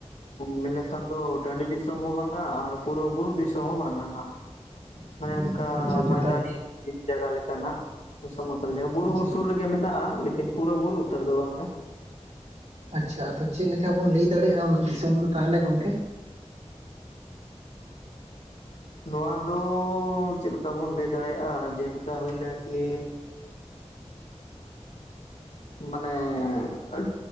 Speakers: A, on the left; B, on the right.
A: ᱢᱮᱱ ᱞᱮᱠᱷᱟᱱ ᱫᱚ ᱴᱟᱺᱰᱤ ᱫᱤᱥᱚᱢ ᱦᱚᱸ ᱵᱟᱝᱟ ᱟᱨ ᱯᱩᱨᱟᱹ ᱵᱩᱨᱩ ᱫᱤᱥᱚᱢ ᱦᱚᱸ ᱵᱟᱝᱟ ᱦᱟᱸᱜ᱾
B: <inaudible>
A: ᱢᱟᱱᱮ ᱚᱱᱠᱟ
B: ᱟᱪᱪᱷᱟ ᱟᱪᱪᱷᱟ
A: ᱢᱚᱭᱫᱟᱱᱤ
B: ᱛᱟᱦᱚᱞᱮ
A: ᱡᱟᱭᱜᱟ ᱞᱮᱠᱟ ᱱᱟᱦᱜ᱾ ᱥᱚᱢᱚᱛᱚᱞ ᱡᱟᱭᱜᱟ ᱵᱩᱨᱩ
B: ᱟᱪᱪᱷᱟ
A: ᱦᱚᱸ ᱥᱩᱨ ᱨᱮᱜᱮ ᱢᱮᱱᱟᱜᱼᱟ ᱞᱮᱠᱤᱱ ᱯᱩᱨᱟᱹ ᱵᱩᱨᱩ ᱩᱛᱟᱹᱨ ᱫᱚ ᱵᱟᱝᱼᱟ᱾
B: ᱟᱪᱷᱟ ᱟᱫᱚ ᱪᱮᱫ ᱞᱮᱠᱟ ᱵᱚᱱ ᱞᱟᱹᱭ ᱫᱟᱲᱮᱜᱼᱟ ᱚᱱᱟ ᱫᱤᱥᱚᱢ ᱫᱚ ᱛᱟᱦᱚᱞᱮ ᱜᱚᱝᱠᱮ?
A: ᱱᱚᱣᱟ ᱫᱚ ᱪᱮᱫ ᱞᱮᱠᱟ ᱵᱚᱱ ᱞᱟᱹᱭ ᱫᱟᱲᱮᱭᱟᱜᱼᱟ ᱡᱮᱞᱮᱠᱟ ᱦᱩᱭᱱᱟ ᱠᱤ ᱢᱟᱱᱮ ᱟᱹᱰ